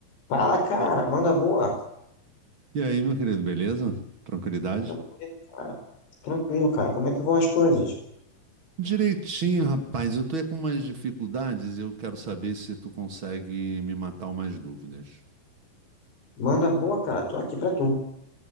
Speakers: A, on the left; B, on the right.
A: Fala, cara,
B: Ó,
A: manda boa.
B: E aí, meu querido, beleza? Tranquilidade?
A: Tranquilo, cara. Tranquilo, cara. Como é que vão as coisas?
B: Direitinho, rapaz. Eu tô aí com umas dificuldades e eu quero saber se tu consegue me matar umas dúvidas.
A: Manda boa, cara. Tô aqui pra tu.